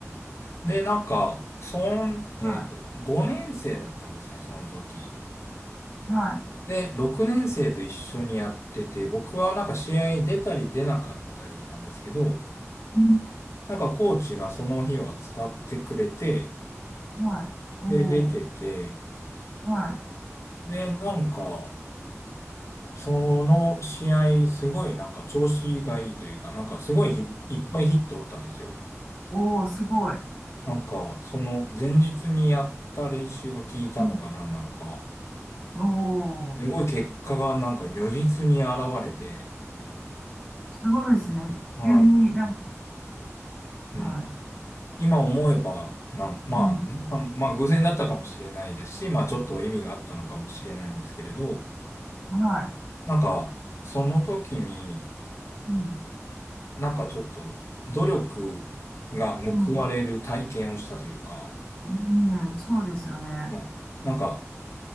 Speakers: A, on the left (about 60°); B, on the left (about 15°).
A: で、なんか、そん、えっと、
B: は
A: 5年生だったんですね、その時。
B: い。はい。
A: で、6年生と一緒にやってて、僕はなんか試合に出たり出なかったりなんですけど、
B: うん。
A: なんかコーチがその日は使ってくれて、
B: はい。おー。
A: で、出てて、
B: はい。
A: で、なんか、その試合、すごいなんか調子がいいというか、なんかすごいひいっぱいヒットを打ったんですよ。
B: おおー、すごい。
A: なんか、その前日にやった練習が効いたのか何なのか。
B: うん。おー。
A: すごい結果がなんか如実に現れて、
B: すごいですね。
A: はい。
B: 急になんか、
A: うん。
B: はい。
A: 今思えば、なんまあ、
B: うん。
A: まあ、まあ偶然だったかもしれないですし、まあちょっと意味があったのかもしれないんですけれど、
B: は
A: なんか、その時に、
B: い。うん。
A: なんかちょっと努力が報われる体験をしたというか、
B: うん。うん。そうですよね。
A: まあなんか、